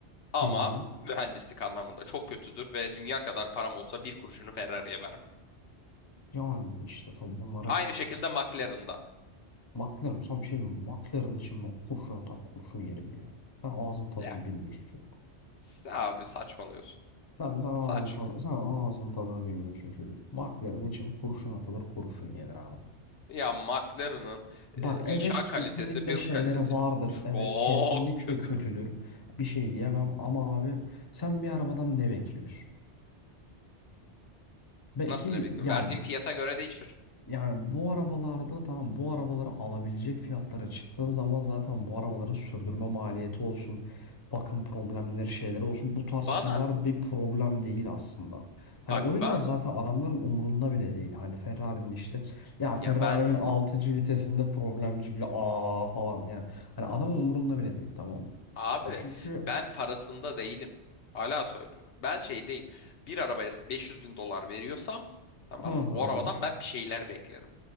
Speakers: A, on the left; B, on the left.
A: ama
B: Hı hı.
A: mühendislik anlamında çok kötüdür ve dünya kadar param olsa bir kuruşunu Ferrari'ye vermem.
B: Yani işte tabii bunlar
A: Aynı
B: hep.
A: şekilde McLaren'da.
B: McLaren sana bir şey diyeyim mi? McLaren için ben kurşun atar kurşun yerim ya. Sen ağzın tadını
A: Ya
B: bilmiyorsun çocuk.
A: s- abi saçmalıyorsun.
B: Sen, sen ağzın
A: Saçma.
B: tadını, sen ağzın tadını bilmiyorsun çocuk. McLaren için kurşun atılır kurşun yenir abi.
A: Ya McLaren'ın e,
B: Bak
A: inşa
B: evet kesinlikle
A: kalitesi, build
B: şeylere
A: kalitesi
B: vardır.
A: çok
B: Evet kesinlikle
A: kötü.
B: kötüdür. Bir şey diyemem ama abi sen bir arabadan ne bekliyorsun? Belki
A: Nasıl ne bekliyorum?
B: ya
A: Verdiğim fiyata göre değişir.
B: Yani bu arabalarda tamam bu arabaları alabilecek fiyatlara çıktığın zaman zaten bu arabaların sürdürme maliyeti olsun, bakım problemleri şeyleri olsun bu tarz
A: Bana
B: şeyler bir problem değil aslında.
A: bak
B: Hani o yüzden
A: ben
B: zaten adamların umurunda bile değil. Hani Ferrari'nin işte ya Ferrari'nin
A: ya ben
B: altıncı vitesinde problem çıktı aa falan yani. Hani adamın umurunda bile değil tamam mı?
A: abi
B: Ya çünkü
A: ben parasında değilim. Hala söylüyorum. Ben şeydeyim. Bir arabaya 500 bin dolar veriyorsam tamam
B: hı
A: mı?
B: hı.
A: O arabadan ben bir şeyler beklerim.